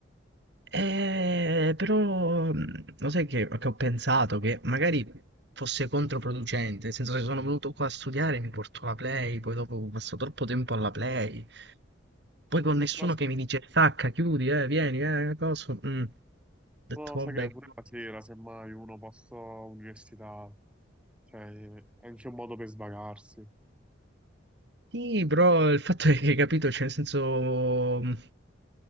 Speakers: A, on the right; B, in the centre.
A: Eh, però mh, lo sai che, che ho pensato che magari fosse controproducente, nel senso che sono venuto qua a studiare, mi porto la Play, poi dopo passo troppo tempo alla Play, poi con nessuno
B: Però,
A: che mi dice stacca, chiudi, eh, vieni, eh, cosa. mm. Ho detto
B: però sai
A: vabbè,
B: che pure la sera, semmai uno posso università, cioè è anche un modo per svagarsi.
A: Sì, però il fatto è che, capito, cioè, nel senso, mh,